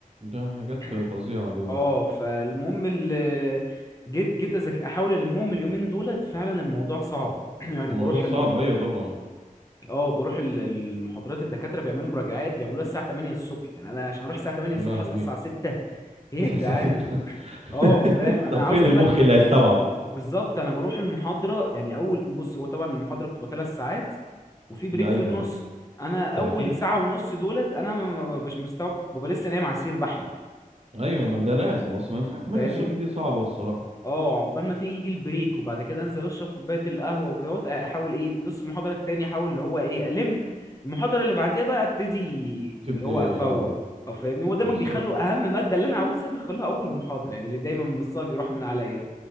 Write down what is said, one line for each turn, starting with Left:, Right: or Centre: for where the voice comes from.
Right: ده حاجات
Left: <clears throat>
Right: فظيعه دول
Left: اه فالمهم ال- <clears throat> جيت جيت أذاك- احاول المهم اليومين دولت فعلا الموضوع صعب <clears throat> يعني
Right: الموضوع
Left: بروح
Right: صعب
Left: ال...
Right: ايوه طبعا
Left: <clears throat> اه بروح ال- المحاضرات الدكاتره بيعملوا مراجعات بيعملوها الساعه 8 الصبح يعني انا عشان اروح الساعه 8
Right: يا
Left: الصبح
Right: لهوي
Left: اصحى الساعه 6
Right: <laughs>
Left: ايه
Right: تصحى
Left: يا جدعان
Right: الساعه 6 <laughs>
Left: اه فاهم انا
Right: طب فين
Left: عاوز اقول
Right: المخ
Left: لك
Right: اللي هيستوعب
Left: بالظبط انا بروح المحاضره يعني اول بص هو طبعا المحاضره بتبقى ثلاث ساعات وفي بريك
Right: ايوه
Left: في النص انا
Right: ده
Left: اول
Right: اكيد
Left: ساعه ونص دولت انا ما ما ببقاش مستوعب كنت ببقى لسه نايم على السرير بحلم
Right: ايوه ما ده لازم اصلا ما ينفع 8
Left: فاهمني
Right: الصبح دي صعبه الصراحه
Left: اه عقبال ما تيجي يجي البريك وبعد كده انزل اشرب كوبايه القهوه وكده وأت- احاول ايه نص المحاضره التاني احاول اللي هو ايه الم المحاضره اللي بعديها بقى ابتدي
Right: تبدي
Left: اللي هو افوق
Right: اه
Left: او فاهمني هو دايما
Right: بالظبط
Left: بيخلوا اهم ماده اللي انا عاوزها بيخلوها اول محاضره يعني اللي دايما نصها بيروح من عليا